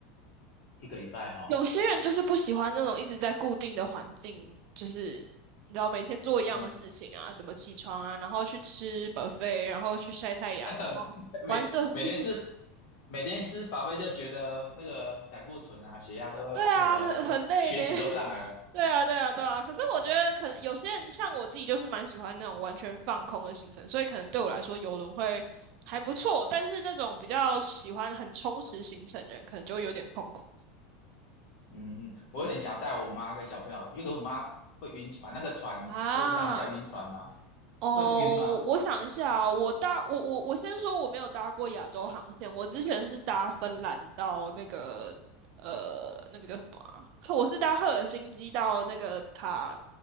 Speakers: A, on the left; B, on the right.
A: 一个礼拜哈、哦，
B: 有些人就是不喜欢那种一直在固定的环境，就是你知道每天做一样的事情啊，
A: 嗯，
B: 什么起床啊，然后去吃 buffet，然后去晒太阳，
A: <laughs>
B: 然后玩社子。
A: 每每天吃
B: <laughs>
A: 每天吃饱饭就觉得那个胆固醇啊、血压都那个都血脂都上来了，
B: 对啊，很很累呢。<laughs> 对啊，对啊，对啊。可是我觉得可能有些人像我自己，就是蛮喜欢那种完全放空的行程，所以可能对我来说游轮会还不错。但是那种比较喜欢很充实行程的人，可能就会有点痛苦。
A: 嗯哼，我有点想带我妈跟小朋友去，
B: 嗯
A: 因为我妈会晕船，那个船会让人家晕船吗？
B: 啊。哦，
A: 会晕吗？
B: 我我想一下啊，我搭我我我先说我没有搭过亚洲航线，我之前是搭芬兰到那个呃那个叫什么啊？我是搭赫尔辛基到那个塔，